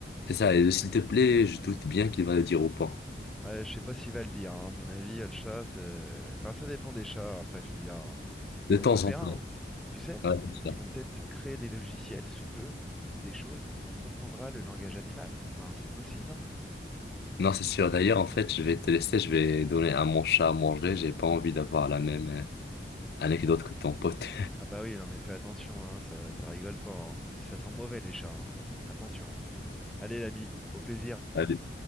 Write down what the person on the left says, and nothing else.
C'est ça, et le s'il te plaît, je doute bien qu'il va le dire au point.
De temps
en temps.
Ouais, c'est
sûr.
Non, c'est sûr. D'ailleurs, en fait, je vais te laisser, je vais donner à mon chat à manger. J'ai pas envie d'avoir la même euh, anecdote que ton pote.
<laughs> Allez.